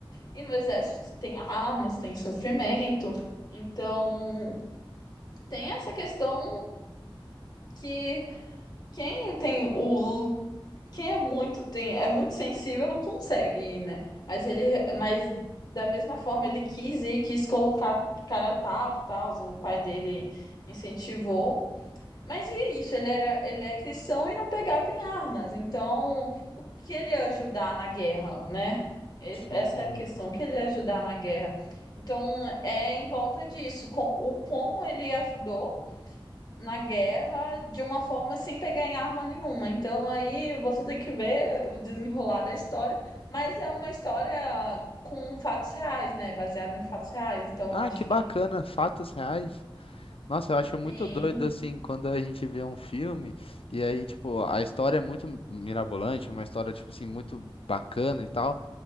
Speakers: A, on the left (about 50°); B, on the left (about 90°).
A: E no exército tem armas, tem sofrimento. Então, tem essa questão que quem tem o quem é muito tem é muito sensível não consegue ir, né? Mas ele mas da mesma forma ele quis ir, quis colocar cara a tapa, e tal, o pai dele incentivou. Mas e isso, ele era, ele é cristão e não pegava em armas. Então, o que ele ia ajudar na guerra, né? Es-
B: Sim.
A: Essa é a questão, o que ele ia ajudar na guerra. Então, é em volta disso, co- o como ele ajudou na guerra de uma forma sem pegar em arma nenhuma. Então, aí você tem que ver o desenrolar da história, mas é uma história com fatos reais, né? Baseada em fatos reais. Então,
B: Ah,
A: acho
B: que bacana,
A: que
B: fatos reais. Nossa, eu acho muito
A: sim
B: doido assim quando a gente vê um filme e aí, tipo, a história é muito mirabolante, uma história, tipo assim, muito bacana e tal.